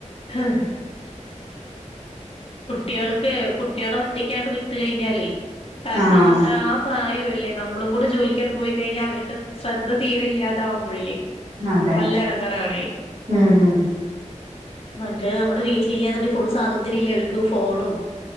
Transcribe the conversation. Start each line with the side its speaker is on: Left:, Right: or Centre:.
Left: ഹഹ കുട്ടികൾക്ക് കുട്ടികൾ ഒറ്റക്കാണ്ട് വിട്ട് കഴിഞ്ഞാലെ കാരണം
Right: ആഹ്
Left: അത് ആ പ്രായം അല്ലേ നമ്മളും കൂടെ ജോലിക്കാണ് പോയി കഴിഞ്ഞാൽ അവരുടെ ശ്രദ്ധ തീരെ ഇല്ലാതാാവുമ്പോഴേ
Right: അതെ
Left: നല്ല ഇടങ്ങറാണേ
Right: ഉം ഉം
Left: എന്നിട്ട് നമ്മള് വീട്ടിലില്ലെന്നുണ്ടങ്കി ഫുൾ സ്വാതന്ത്ര്യ ഇല്ലേ അവർക്ക് ഫോണും